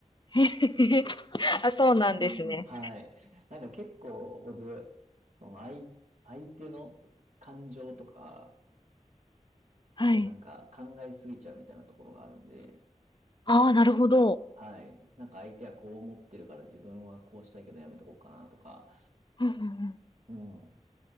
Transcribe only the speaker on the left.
<laughs> あ、そうなんですね。
はい。
ああ、なるほど。
うんうんうん